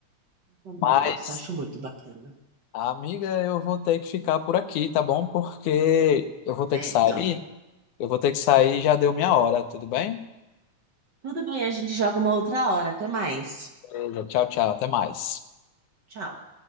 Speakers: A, on the right; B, on the left.
A: Eu Também
B: Mas,
A: gosto, acho muito bacana.
B: amiga, eu vou ter que ficar por aqui, tá bom? Porque eu vou ter
A: Certo.
B: que sair. Eu vou ter que sair, já deu minha hora, tudo bem?
A: Tudo bem, a gente joga uma outra hora. Até mais.
B: Então, Tchau, tchau, até mais.
A: Tchau.